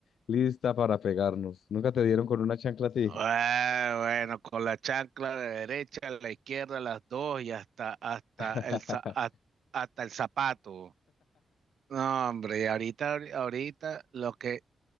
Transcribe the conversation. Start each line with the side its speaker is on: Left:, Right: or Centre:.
Left: lista para pegarnos. ¿Nunca te dieron con una chancla a ti?
Right: Ah, bueno, con la chancla de derecha, a la izquierda, las dos y hasta, hasta
Left: <laughs>
Right: el, za- ha- hasta el zapato. No, hombre, y ahorita, ahorita, lo que,